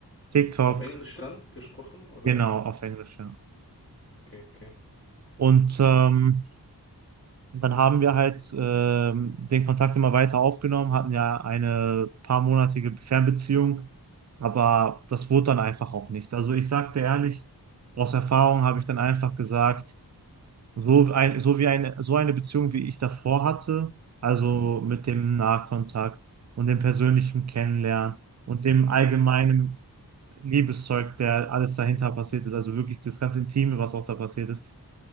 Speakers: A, on the right; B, on the left.
A: TikTok,
B: auf Englisch dann gesprochen? Oder?
A: genau, auf Englisch, ja.
B: Okay, okay.
A: Und ähm, dann haben wir halt ähm, den Kontakt immer weiter aufgenommen, hatten ja eine paarmonatige Fernbeziehung, aber das wurde dann einfach auch nichts. Also ich sagte ehrlich, aus Erfahrung habe ich dann einfach gesagt, So ein, so wie eine, so eine Beziehung, wie ich davor hatte, also mit dem Nahkontakt und dem persönlichen Kennenlernen und dem allgemeinen Liebeszeug, der alles dahinter passiert ist, also wirklich das ganze Intime, was auch da passiert ist.